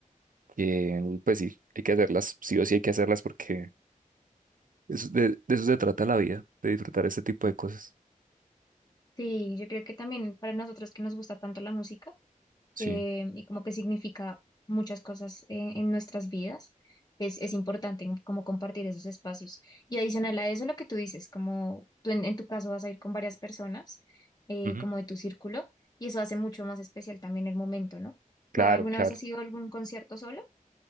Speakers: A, on the right (about 80°); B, on the left (about 30°).
A: que, pues sí, hay que hacerlas, sí o sí hay que hacerlas porque es- de, de eso se trata la vida, de disfrutar este tipo de cosas.
B: Sí, yo creo que también para nosotros que nos gusta tanto la música,
A: Sí,
B: eh, y como que significa muchas cosas eh, en nuestras vidas. Es, es importante como compartir esos espacios. Y adicional a eso, lo que tú dices, como tú en, en tu caso vas a ir con varias personas, eh,
A: Ujú.
B: como de tu círculo, y eso hace mucho más especial también el momento, ¿no?
A: claro,
B: ¿Tú alguna
A: claro.
B: vez has ido a algún concierto solo?